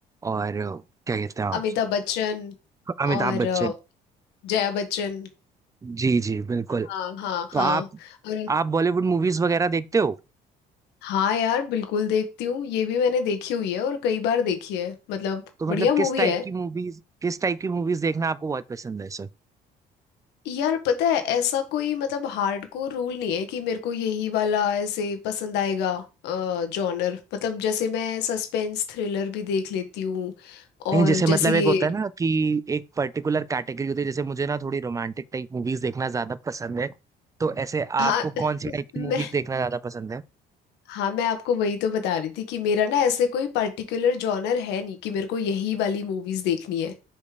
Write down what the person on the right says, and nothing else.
और अ, क्या कहते हैं आप
अमिताभ
बच्चन
जी जी बिल्कुल
तो आप
आप बॉलीवुड मूवीज वगैरह देखते हो
तो मतलब
किस टाइप
की मूवीज किस टाइप की मूवीज देखना आपको बहुत पसंद है सर
नहीं
जैसे मतलब
एक होता है ना कि एक पर्टिकुलर कैटेगरी होती है जैसे मुझे ना थोड़ी रोमांटिक टाइप मूवीज देखना ज्यादा पसंद है तो ऐसे
आपको कौन सी
टाइप की मूवीज
देखना ज्यादा पसंद है